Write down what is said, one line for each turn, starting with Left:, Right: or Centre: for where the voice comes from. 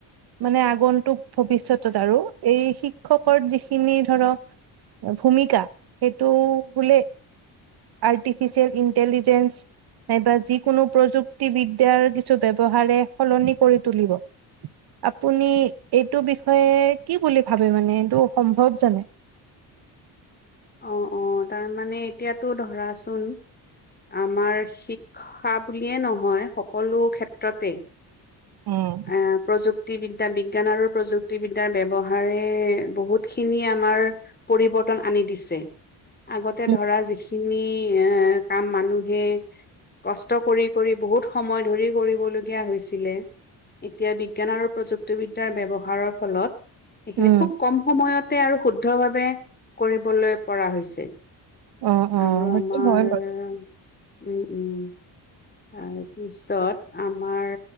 Right: মানে আগন্তুক ভৱিষ্যতত আৰু এই শিক্ষকৰ যিখিনি ধৰক ভূমিকা সেইটো বোলে আৰ্টিফিচিয়েল ইণ্টেলিজেঞ্চ নাইবা যিকোনো প্ৰযুক্তিবিদ্যাৰ কিছু ব্যৱহাৰে সলনি কৰি তুলিব। আপুনি এইটো বিষয়ে কি বুলি ভাবে মানে এইটো সম্ভৱ জানো?
Left: অ', অ' তাৰমানে এতিয়াতো ধৰাচোন আমাৰ শিক খা বুলিয়ে নহয় সকলো ক্ষেত্ৰতেই
Right: উম।
Left: এ, প্ৰযুক্তিবিদ্যা বিজ্ঞান আৰু প্ৰযুক্তিবিদ্যাৰ ব্যৱহাৰে বহুতখিনি আমাৰ পৰিৱৰ্তন আনি দিছ ছে। আগতে
Right: উম,
Left: ধৰা যিখিনি এ, কাম মানুহে কষ্ট কৰি কৰি বহুত সময় ধৰি কৰিবলগীয়া হৈছিলে এতিয়া বিজ্ঞান আৰু প্ৰযুক্তিবিদ্যাৰ ব্যৱহাৰৰ ফলত সেইখিনি
Right: উম,
Left: খুব কম সময়তে আৰু শুদ্ধভাৱে কৰিবলৈ পৰা হৈছে।
Right: অ', অ',
Left: আৰু আমাৰ
Right: সেইটো হয়
Left: উম,
Right: বাৰু।
Left: উম। তাৰপিছত আমাৰ